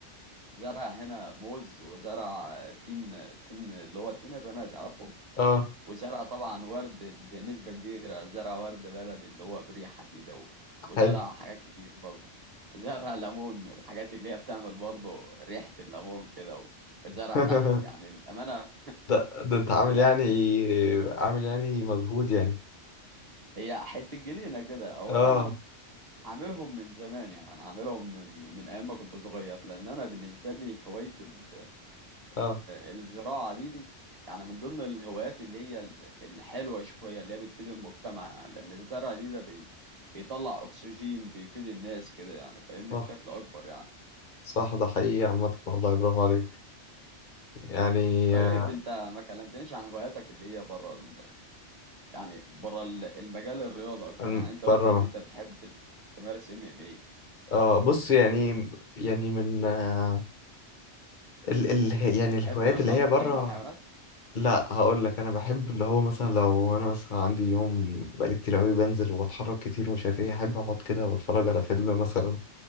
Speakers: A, on the right (about 35°); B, on the left (about 45°).
A: زرع هنا موز وزرع تين تين اللي هو التين الرمادي عارفه
B: اه
A: وزرع طبعا ورد بنسبة كبيرة زرع ورد بلدي اللي هو بريحة دي ده وزرع
B: حلو
A: حاجات كتير برضه وزرع ليمون من الحاجات اللي هي بتعمل برضه ريحة الليمون كده و- وزرع
B: <laughs>
A: نخل يعني الأمانة
B: ده ده انت عامل
A: لا
B: يعني عامل يعني مجهود يعني
A: هي حتة جنينة كده أو
B: اه
A: أنا يعني عاملهم من زمان يعني عاملهم من من أيام ما كنت صغير لأن أنا بالنسبة لي هواية ال-
B: اه
A: الزراعة دي دي يعني من ضمن الهوايات اللي هي ال- الحلوة شوية اللي هي بتفيد المجتمع لأن الزرع دي ده بي بيطلع أكسجين بيفيد الناس كده يعني فاهمني
B: صح
A: بشكل أكبر يعني
B: صح ده حقيقي عامة والله برافو عليك يعني
A: طيب
B: آه،
A: أنت ما كلمتنيش عن هواياتك اللي هي بره ال... يعني بره ال- المجال الرياضة أكتر
B: الم-
A: يعني أنت قلت
B: بره
A: إن أنت بتحب ت- تمارس ام ام ايه
B: اه بص يعني يعني من آه ال ال يعني
A: بتحب
B: الهوايات
A: مثلا
B: اللي هي
A: تربي
B: بره
A: حيوانات؟
B: لا هقول لك انا بحب اللي هو مثلا لو انا مثلا عندي يوم بقالي كتير قوي بنزل وبتحرك كتير ومش عارف ايه احب اقعد كده واتفرج على فيلم مثلا